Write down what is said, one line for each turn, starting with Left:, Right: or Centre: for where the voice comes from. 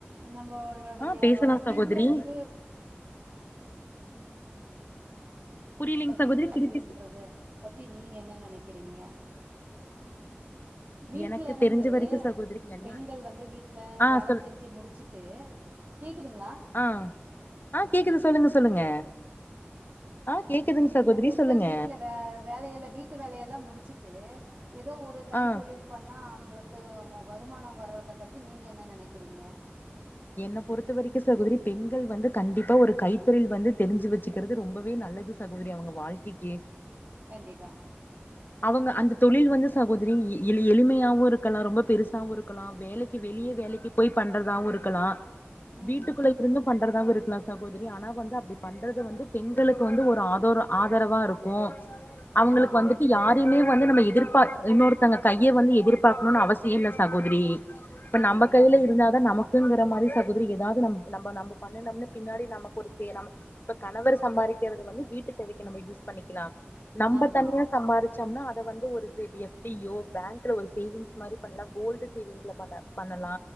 Right: நம்மளுடைய
Left: ஆ பேசலா சகோதரி
Right: பெண்களுக்கு
Left: புரியலங்க
Right: வீட்ல
Left: சகோதரி திருப்பி
Right: டிவி
Left: சொ-
Right: ன்றது பத்தி நீங்க என்ன நெனைக்கிறீங்க வீட்ல
Left: எனக்கு
Right: இருந்து
Left: தெரிஞ்ச வரைக்கு சகோதரி எல்லா
Right: பெண்கள் வந்து வீட்ல
Left: ஆ
Right: வேல
Left: சொல்
Right: செஞ்சு முடிச்சுட்டு கேக்குதுங்களா
Left: ஆ ஆ கேக்குது சொல்லுங்க சொல்லுங்க ஆ கேக்குதுங்க
Right: வேன
Left: சகோதரி
Right: பெண்கள்
Left: சொல்லுங்க
Right: வீட்ல வே வேலயல்ல வீட் வீட்டு வேலையெல்லா முடிச்சுட்டு ஏதோ ஒரு கை
Left: ஆ
Right: தொழில் பண்ணா அவுங்களுக்கு வ வருமானோ வர்றத பத்தி நீங்க என்ன நெனைக்கிறீங்க
Left: என்ன பொறுத்த வரைக்கு சகோதரி பெண்கள் வந்து கண்டிப்பா ஒரு கைத்தொழில் வந்து தெரிஞ்சு வச்சுக்கிறது ரொம்பவே நல்லது சகோதரி அவுங்க வாழ்க்கைக்கே
Right: கண்டிப்பா
Left: அவுங்க அந்த தொழில் வந்து சகோதரி எ எளி எளிமையாவு இருக்கலா ரொம்ப பெருசாவு இருக்கலா வேலைக்கு வெளிய வேலைக்கு போய் பண்றதாவு இருக்கலா
Right: ம்
Left: வீட்டுக்குள்ள இருந்து பண் றதாவு இருக்கலா சகோதரி ஆனா வந்து அப்டி பண்றது வந்து பெண்களுக்கு வந்து ஒரு ஆதோரா ஆதரவா இருக்கு அவுங்களுக்கு
Right: ஆமாங்க
Left: வந்துட் யாரிமே வந்து நம்ம எதிர்பார்க் இன்னொருத்தவுங்க கைய வந்து எதிர்பார்க்ணுன் அவசிய இல்ல சகோதிரி இப்ப
Right: கண்டிப்பா
Left: நம்ம கையில
Right: கண்டிப்பா
Left: இருந்தாதா நம க்குங்கிற மாரி சகோதரி ஏதாவது நம் நம்ம நம்ம பண்ணனம்னு பின்னாடி நமக்கு ஒரு பேர் நம்ம இப்ப கணவர் சம்பாரிக்கிறது வந்து வீட்டு தேவைக்கு நம்ம யூஸ் பண்ணிக்கலா நம்ம
Right: ஆமா
Left: தன்யா சம்பாரிச்சம்னா அத வந்து ஒரு எஃப்டி ஓ பேங்க்ல ஒரு சேவிங்ஸ் மாரி பண்லா கோல்டு சேவிங்ஸ்ல பண்ண பண்ணலா